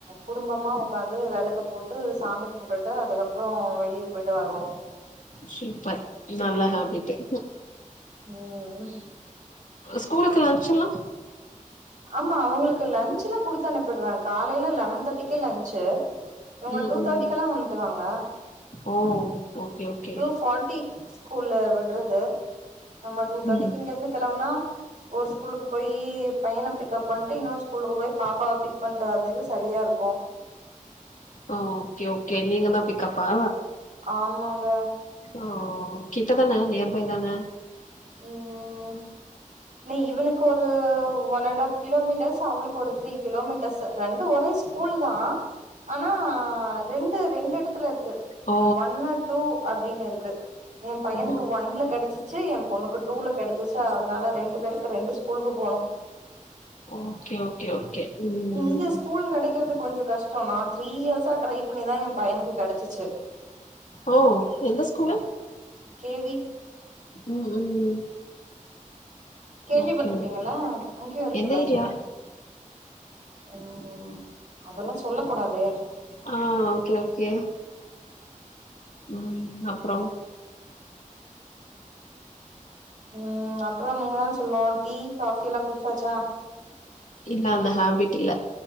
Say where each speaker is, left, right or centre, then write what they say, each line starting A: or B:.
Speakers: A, on the right; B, on the left.
A: குடும்பமா ஒக்காந்து வெளக்கு போட்டு சாமி கும்புட்டு அதுக்கப்றம் வெளிய போயிட்டு வருவோ
B: சூப்பர் நல்லா ஹாப்பிட்டு்
A: ம்
B: ஸ்கூலுக்கு லன்சு எல்லா
A: ஆமா அவுங்களுக்கு லன்ச்ல்லா குடுத்து அனுப்பிடுவே காலையில லெவன் தேட்டிக்கே லஞ்சு இவுங்க
B: ம்
A: டூ
B: ம்
A: தேட்டிக்கல்லா வந்துருவாங்க
B: ஓ ஓகே ஓகே
A: டூ ஃபாட்டி ஸ்கூல்ல விட்றது நம்மா டூ தேட்டிக்கு
B: ம்
A: இங்க இருந்து கெளம்புனா ஒரு ஸ்கூலுக்கு போய் பையன பிக்கப் பண்ணிட்டு இன்னொரு ஸ்கூலுக்கு போய் பாப்பாவ பிக் பண்ணிட்டு வரதுக்கு சரியா இருக்கூ
B: ம் ஓகே ஓகே நீங்க தா பிக்கப்பா
A: ஆமாங்க
B: ஓ கிட்டதான நியர்பை தான
A: ம் னு இவனுக்கு ஒரு ஒன் அண்ட் ஆஃப் கிலோமீட்டர்ஸ் அவளுக்கு ஒரு த்ரீ கிலோமீட்டர்ஸ் ரெண்டு ஒரே ஸ்கூல் தா ஆனா ரெண்டு ரெண்டு எடத்துல இருக்கு
B: ஓ
A: ஒன்ன டூ அப்டின்னு இருக்கு என் பையனுக்கு
B: ஓ
A: ஒன்ல கெடைச்சி சி என் பொண்ணுக்கு டூல கெடச்சிச்சு அதனால ரெண்டு பேருக்கு ரெண்டு ஸ்கூலுக்கு போனு
B: ஓகே ஓகே ஓகே ம்
A: இங்க ஸ்கூல் கெடைக்கிறது கொஞ்சொ கஷ் டொ நா த்ரீ இயர்ஸா ட்ரை பண்ணி தா என் பையனுக்கு கடச்சிச்சு
B: ஓ எந்த ஸ்கூலு
A: கே வி
B: ம் ம்
A: கேள்விப்பட்ருப்பீங்கள
B: ஓகே ஓகே
A: அங்கேயு இருக்குல்ல
B: எந்த ஏரியா
A: சென்னையில ம் அதெல்லா சொல்ல கூடாது
B: ஆ ஓகே ஓகே ம் அப்றோ
A: ம் அப்றோ நீங்க தா சொல்னூ டீ காஃபி எல்லா குடிச்சாச்சா
B: இல்ல அந்த ஹேபிட் இல்ல